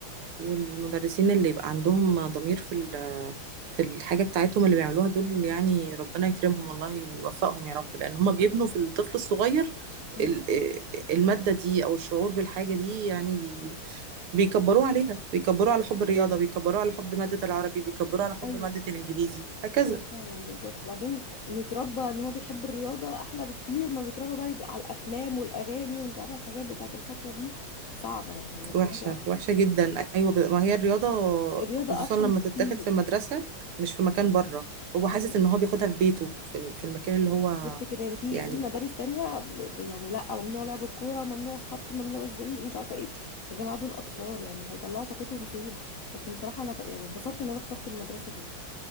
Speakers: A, on the right; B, on the left.
A: والمدرسين اللي يبقى عندهم ضمير في ال- في الحاجة بتاعتهم اللي بيعملوها دول يعني ربنا يكرمهم والله ويوفقهم يا رب لأن هم بيبنوا في الطفل الصغير
B: مم.
A: ال- المادة دي أو الشعور بالحاجة دي يعني بي بيكبروه عليها بيكبروه على حب الرياضة بيكبروه على حب مادة العربي بيكبروه على حب
B: ايوه
A: مادة الإنجليزي هكذا
B: ايوه فعلا بالظبط وبعدين انه يتربى ان هو بيحب الرياضه احلى بكتير ما بيتربى بقى على الافلام والاغاني وانت عارفه الحاجات بتاعت الفتره دي صعبه يعني الرياضه
A: وحشة وحشة جدا أيوة ب- ما هي الرياضة
B: الرياضة
A: خصوصا
B: أرحم
A: لما
B: بكتير
A: تتاخد في المدرسة مش في مكان بره هو حاسس
B: أيوة
A: إن هو بياخدها في بيته في في المكان اللي هو
B: بالظبط كده يعني في
A: يعني
B: في مدارس تانية ب- ب- يعني لأ ممنوع لعب الكورة ممنوع الخبط ممنوع الزعيق مش عارفة إيه يا جماعة دول أطفال يعني هيطلعوا طاقتهم فين لكن بصراحة أنا خ- يعني اتبسطت إن أنا اخترت المدرسة دي